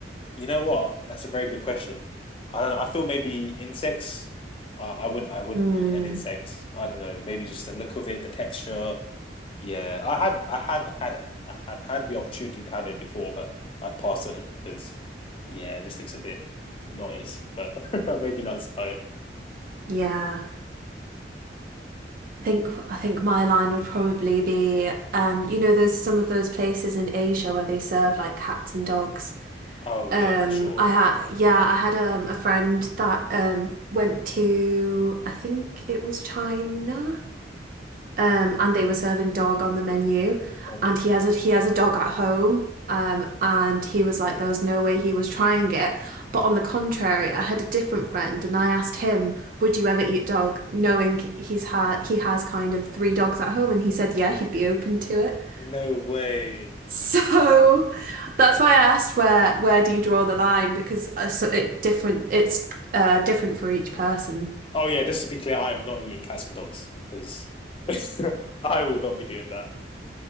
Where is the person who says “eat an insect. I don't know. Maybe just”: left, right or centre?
Left